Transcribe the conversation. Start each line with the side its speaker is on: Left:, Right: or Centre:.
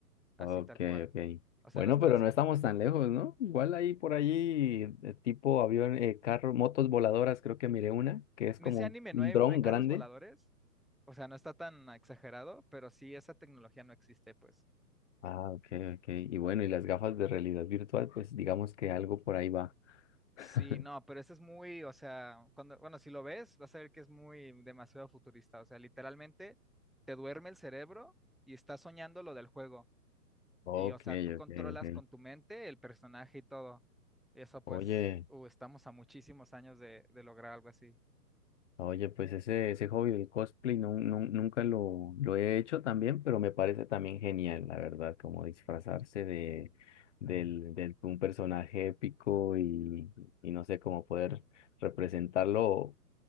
Left: Ok,
Centre: así tal cual.
Left: ok.
Centre: O sea,
Left: Bueno,
Centre: los trans...
Left: pero no estamos tan lejos, ¿no? Igual ahí por allí, eh, tipo avión, eh, carro, motos voladoras, creo que miré una, que es
Centre: En
Left: como
Centre: ese
Left: un,
Centre: anime no
Left: un
Centre: hay,
Left: dron
Centre: no hay carros
Left: grande.
Centre: voladores. O sea, no está tan exagerado, pero sí, esa tecnología no existe, pues.
Left: Ah, ok, ok. Y bueno, y las gafas de realidad virtual, pues digamos que algo por ahí va.
Centre: Sí,
Left: <laughs>
Centre: no, pero eso es muy, o sea, cuando, bueno, si lo ves, vas a ver que es muy demasiado futurista. O sea, literalmente te duerme el cerebro y estás soñando lo del juego.
Left: Ok,
Centre: Y, o sea,
Left: ok,
Centre: tú controlas
Left: ok.
Centre: con tu mente el personaje y todo. Y eso,
Left: Oye,
Centre: pues, uh, estamos a muchísimos años de, de lograr algo así.
Left: oye, pues ese, ese hobby del cosplay no, no- nunca lo, lo he hecho también, pero me parece también genial, la verdad, como disfrazarse de, del, del- un personaje épico y, y no sé, cómo poder representarlo